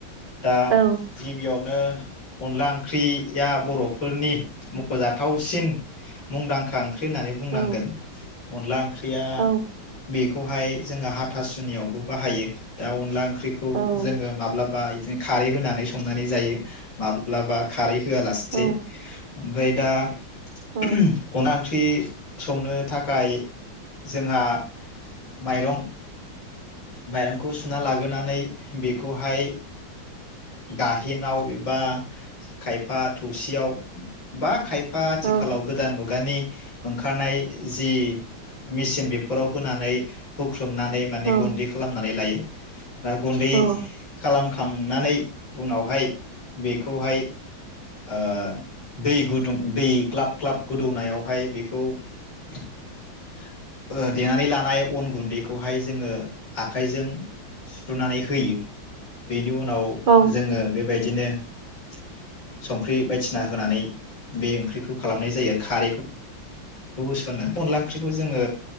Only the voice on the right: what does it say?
औ
औ
औ
औ
औ
औ
औ
औ
औ
औ